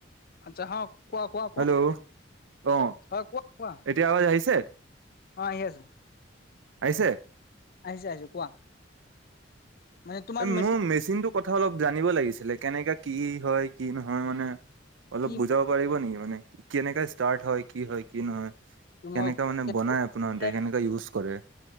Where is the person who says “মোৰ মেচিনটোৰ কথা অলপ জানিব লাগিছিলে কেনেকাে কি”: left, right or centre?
Right